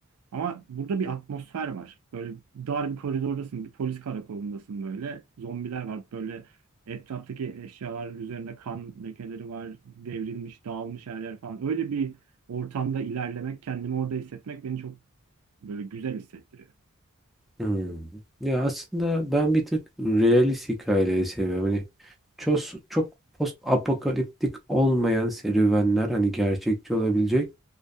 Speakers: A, on the right (about 85°); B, in the centre.
A: Ama burada bir atmosfer var. Böyle dar bir koridordasın, bir polis karakolundasın böyle. Zombiler var. Böyle etraftaki eşyaların üzerinde kan lekeleri var. Devrilmiş, dağılmış her yer falan. Öyle bir ortamda ilerlemek, kendimi orada hissetmek beni çok böyle güzel hissettiriyor.
B: hı. Ya aslında ben bir tık realist hikayeleri seviyorum. Hani çok, çok post apokaliptik olmayan serüvenler hani gerçekçi olabilecek